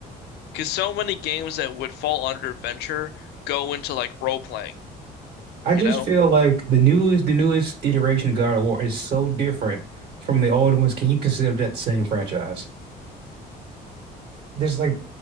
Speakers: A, on the left; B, on the right.
A: because so many games that would fall under adventure go into like role playing,
B: I
A: you
B: just
A: know?
B: feel like the newest, the newest iteration of God of War is so different from the old ones. Can you consider that the same franchise? There's like